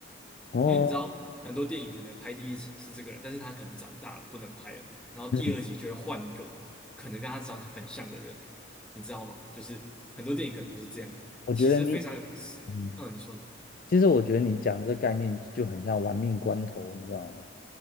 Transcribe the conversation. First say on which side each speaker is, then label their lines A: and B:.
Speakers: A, on the left (about 50°); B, in the centre.
A: 哦，
B: 因为你知道很多电影可能拍第一集是这个人，但是他可能长大了不能拍了，然后第二集就会换一个
A: 嗯，
B: 可能跟他长很像的人，你知道吗？就是很多电影可能都是这样子，
A: 我觉得你，
B: 其实非常有，
A: 嗯，
B: 嗯，你说呢？
A: 其实我觉得你讲这概念就很像玩命关头，你知道吗？